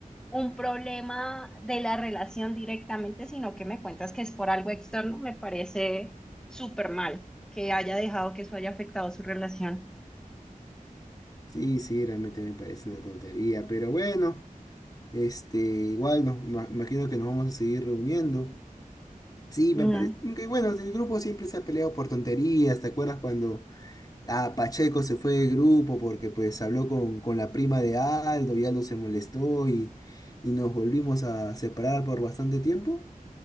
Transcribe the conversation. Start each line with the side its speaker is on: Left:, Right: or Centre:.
Centre: un problema de la relación directamente, sino que me cuentas que es por algo externo. Me parece súper mal que haya dejado que eso haya afectado su relación.
Left: Sí, sí, realmente me parece una tontería, pero bueno, este, igual nos ma- imagino que nos vamos a seguir reuniendo. Sí,
Centre: Mm.
Left: me parece, que bueno, el grupo siempre se ha peleado por tonterías, ¿te acuerdas cuando ah, Pacheco se fue del grupo porque pues habló con, con la prima de Aldo y Aldo se molestó y, y nos volvimos a separar por bastante tiempo?